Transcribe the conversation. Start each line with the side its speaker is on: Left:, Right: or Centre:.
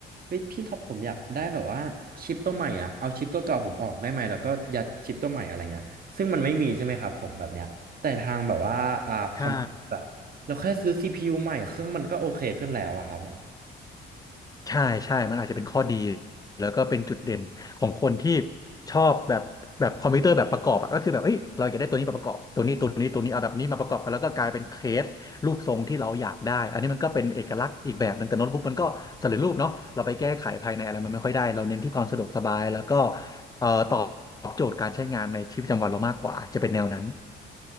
Right: เฮ้ยพี่ครับผมอยากได้แบบว่าชิปตัวใหม่อ่ะเอาชิปตัวเก่าผมออกได้ไหมแล้วก็ยัดชิปตัวใหม่อะไรเงี้ยซึ่งมันไม่มีใช่ไหมครับผมแบบเนี้ยแต่ทางแบบว่าอ่าคอมพิวเตอร์อะเราแค่ซื้อ
Left: ใช่
Right: CPU ใหม่เครื่องมันก็โอเคขึ้นแล้วอะครับผม
Left: ใช่ใช่มันอาจจะเป็นข้อดีแล้วก็เป็นจุดเด่นของคนที่ชอบแบบแบบคอมพิวเตอร์แบบประกอบอะก็คือแบบเอ้ยเราอยากได้ตัวนี้มาประกอบตัวนี้ตัวนี้ตัวนี้เอาแบบนี้มาประกอบกันแล้วก็กลายเป็นเคสรูปทรงที่เราอยากได้อันนี้มันก็เป็นเอกลักษณ์อีกแบบหนึ่งแต่โน้ตบุ๊กมันก็สำเร็จรูปเนาะเราไปแก้ไขภายในอะไรมันไม่ค่อยได้เราเน้นที่ความสะดวกสบายแล้วก็เอ่อตอบโจทย์การใช้งานในชีวิตประจำวันเรามากกว่าจะเป็นแนวนั้น